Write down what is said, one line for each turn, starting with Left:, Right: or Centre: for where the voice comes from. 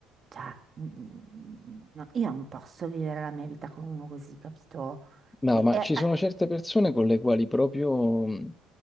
Right: Cioè, mm, mm, no, io non posso vivere la mia vita con uno così, capito?
Left: No,
Right: E,
Left: ma
Right: e-
Left: ci
Right: eh,
Left: sono certe persone con le quali proprio mh,